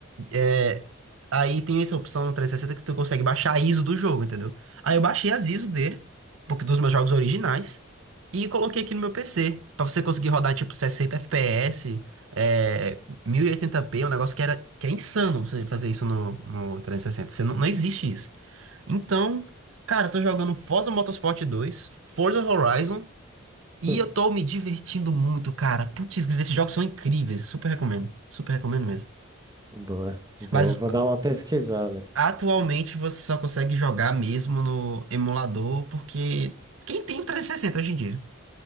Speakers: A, on the right (about 70°); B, on the right (about 20°).
A: é, aí tem essa opção no trezentos e sessenta que tu consegue baixar a ISO do jogo, entendeu? Aí eu baixei as ISO dele, porque dos meus jogos originais, e coloquei aqui no meu PC, pra você conseguir rodar tipo 60 FPS, é, mil e oitenta p um negócio que era que é insano você fazer isso no, no trezentos e sessenta, Você não, não existe isso. Então, cara, eu tô jogando Forza Motorsport dois, Forza Horizon, e
B: Hum,
A: eu tô me divertindo muito, cara. Putz, grila, esses jogos são incríveis, super recomendo, super recomendo mesmo.
B: Boa. Vou,
A: Mas
B: vou dar uma pesquisada.
A: Atualmente você só consegue jogar mesmo no emulador, porque quem tem o 360 hoje em dia?